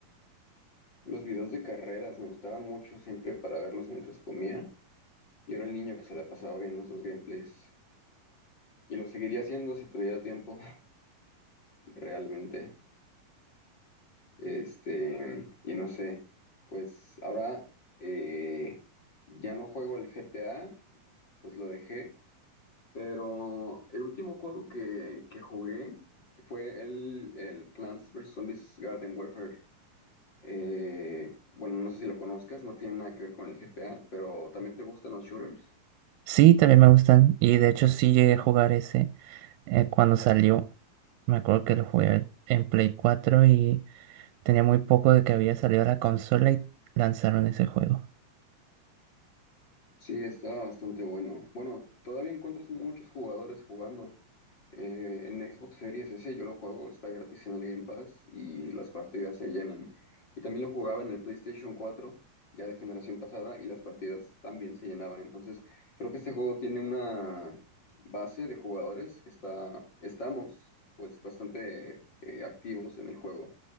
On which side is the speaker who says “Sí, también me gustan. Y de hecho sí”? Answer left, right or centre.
Right